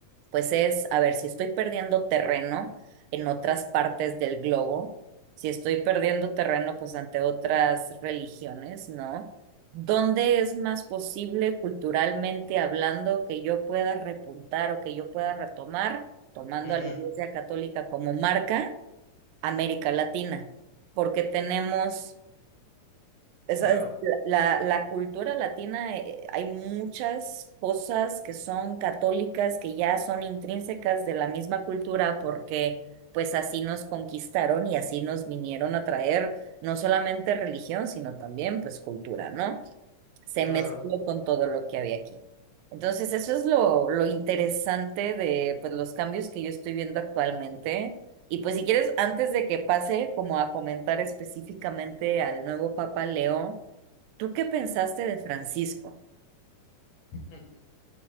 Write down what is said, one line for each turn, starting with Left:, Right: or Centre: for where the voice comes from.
Right: Pues es, a ver, si estoy perdiendo terreno en otras partes del globo, si estoy perdiendo terreno pues ante otras religiones, ¿no? ¿Dónde es más posible culturalmente hablando que yo pueda repuntar o que yo pueda retomar, tomando
Left: mm,
Right: a la Iglesia Católica como marca, América Latina? Porque tenemos esa
Left: claro,
Right: es la, la cultura latina, eh, hay muchas cosas que son católicas, que ya son intrínsecas de la misma cultura, porque pues así nos conquistaron y así nos vinieron a traer no solamente religión, sino también pues cultura, ¿no? Se
Left: claro.
Right: mezcló con todo lo que había aquí. Entonces, eso es lo, lo interesante de pues los cambios que yo estoy viendo actualmente. Y pues si quieres, antes de que pase como a comentar específicamente al nuevo Papa Leo, ¿Tú qué pensaste de Francisco?
Left: <laughs>